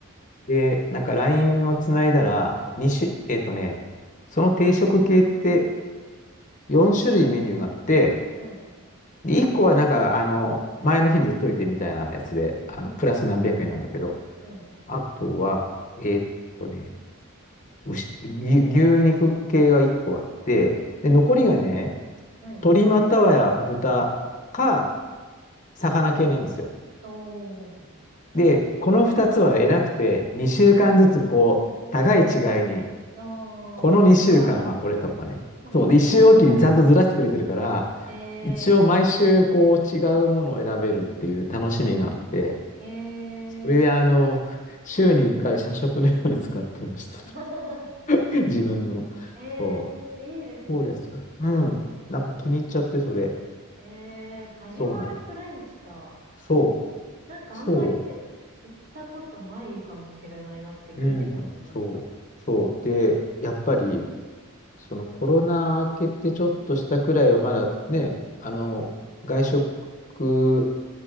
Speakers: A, on the left; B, on the right.
A: で、なんか LINE をつないだら、2種、えっとね、その定食系って4種類メニューがあって、
B: はい。
A: で、1個はなんか、あの、前の日に言っといてみたいなやつで、あの、
B: うんうん。
A: プラス何百円なんだけど、
B: はい。
A: あとは、えっとね、牛、牛牛肉系が1個あって、で、残りがね、
B: はい。
A: 鶏またはや豚か魚系なんですよ。
B: おー。
A: で、この2つは偉くて、2週間ずつこう、互い違いに、
B: あ
A: この2週間はこれとかね。
B: ー。変わるんですね。<laughs>
A: そう。で、1週おきにちゃんとずらしてくれてるから、
B: え
A: 一応毎週こう違うものを選べるっていう楽しみがあって、
B: えええ
A: それであの、週に1回社食のように使ってました。
B: <laughs>
A: <laughs> 自分の。
B: ええいいですね。
A: そう。そうです。
B: でも
A: うん。なんか気に入っちゃって、それ。
B: ええカジュアルフレンチか。
A: そうなんです。そ
B: なんかあんまり
A: う。そ
B: 行ったことないかもしれないなって聞いてて思いました。
A: う。うん。そう。そう。で、やっぱり、そのコロナ明けてちょっとしたくらいは、まだね、あの、外食